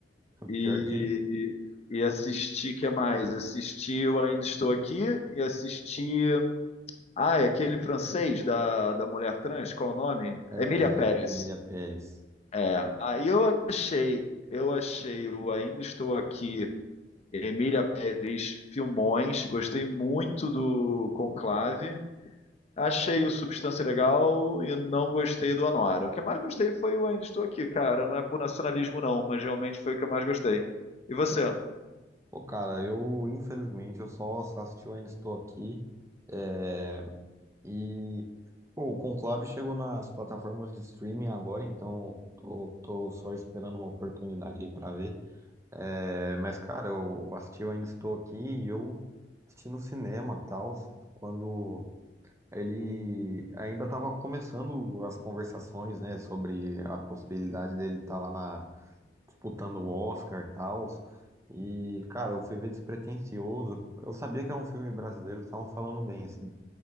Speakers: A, on the left (about 40°); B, on the right (about 15°).
A: E,
B: Pior que
A: e assisti, que mais? Assisti o Ainda Estou Aqui e assisti. Ah, é aquele francês da, da mulher trans, qual o nome?
B: é...
A: Emília Pérez.
B: Emília Pérez.
A: É, aí eu achei, eu achei o Ainda Estou Aqui, Emília Pérez, filmões, gostei muito do Conclave, achei o Substância legal e não gostei do Anora. O que eu mais gostei foi o Ainda Estou Aqui, cara, não é por nacionalismo não, mas realmente foi o que eu mais gostei. E você?
B: Pô, cara, eu, infelizmente, eu só, só assisti o Ainda Estou Aqui. É, E pô, o Conclave chegou nas plataformas de streaming agora, então tô, tô só esperando uma oportunidade aí pra ver. É, mas, cara, eu assisti, eu ainda estou aqui e eu assisti no cinema, tal, quando ele ainda estava começando as conversações, né, sobre a possibilidade dele estar lá na, disputando o Oscar, tal. E, cara, eu fui ver despretensioso. Eu sabia que era um filme brasileiro, estavam falando bem, assim